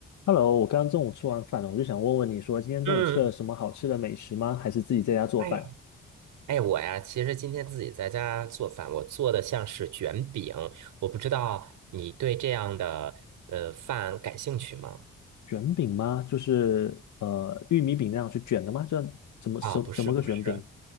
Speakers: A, on the left; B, on the right.
A: Hello，我刚刚中午吃完饭了，我就想问问你说，今天中午吃了什么好吃的美食吗？
B: 嗯，
A: 还是自己在家做饭？
B: 哎呀，哎，我呀，其实今天自己在家做饭，我做的像是卷饼，我不知道你对这样的呃饭感兴趣吗？
A: 卷饼吗？就是呃玉米饼那样去卷的吗？就怎么什怎么个卷饼？
B: 啊，不是不是，